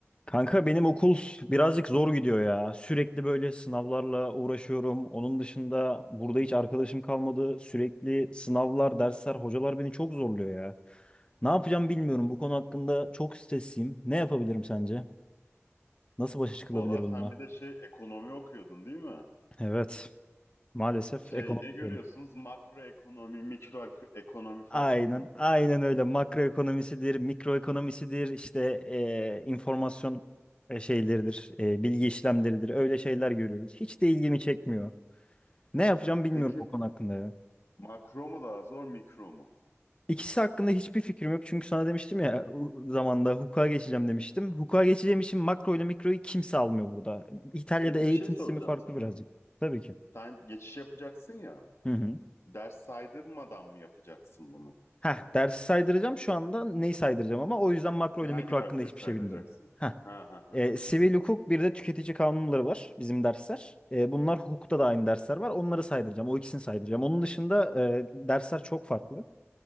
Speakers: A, on the left; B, on the left.
A: Kanka benim okul birazcık zor gidiyor ya. Sürekli böyle sınavlarla uğraşıyorum. Onun dışında burada hiç arkadaşım kalmadı. Sürekli sınavlar, dersler, hocalar beni çok zorluyor ya. Ne yapacağım bilmiyorum. Bu konu hakkında çok stresliyim. Ne yapabilirim sence? Nasıl başa çıkılabilir
B: Valla
A: bununla?
B: sen bir de şey ekonomi okuyordun değil mi?
A: Evet, maalesef
B: Şey
A: ekonomi
B: ne
A: okuyorum.
B: görüyorsunuz? Makro ekonomi, mikro ek- ekonomi falan
A: Aynen,
B: mı?
A: aynen öyle. Makroekonomisidir, mikroekonomisidir, işte eee, informasyon e, şeyleridir, e, bilgi işlemleridir. Öyle şeyler görüyoruz. Hiç de ilgimi çekmiyor. Ne yapacağım bilmiyorum
B: Peki
A: o konu hakkında ya.
B: makro mu daha zor, mikro mu?
A: İkisi hakkında hiçbir fikrim yok. Çünkü sana demiştim ya u- zamanda hukuka geçeceğim demiştim. Hukuka geçeceğim için makro ile mikroyu kimse almıyor burada. İtalya'da
B: Peki
A: eğitim
B: bir şey soracağım
A: sistemi farklı
B: sana.
A: birazcık. Tabii ki.
B: Sen geçiş yapacaksın ya.
A: Hı hı.
B: Ders saydırmadan mı yapacaksın bunu?
A: Heh, dersi saydıracağım şu anda neyi saydıracağım ama o yüzden makro
B: E,
A: ile
B: hangi
A: mikro hakkında
B: dersleri
A: hiçbir
B: saydıracaksın?
A: şey bilmiyorum. Heh.
B: Ha ha ha.
A: Ee, sivil hukuk bir de tüketici kanunları var bizim dersler. Ee, bunlar hukukta da aynı dersler var. Onları saydıracağım. O ikisini saydıracağım. Onun dışında e, dersler çok farklı